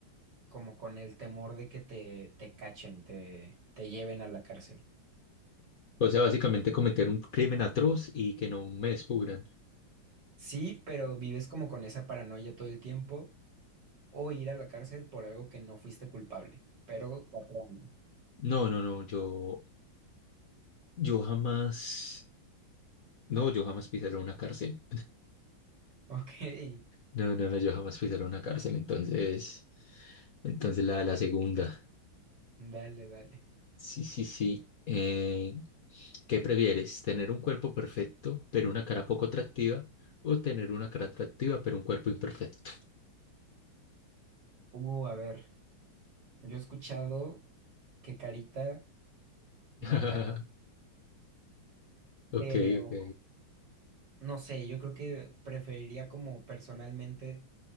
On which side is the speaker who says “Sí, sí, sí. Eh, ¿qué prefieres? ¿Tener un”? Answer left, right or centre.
Left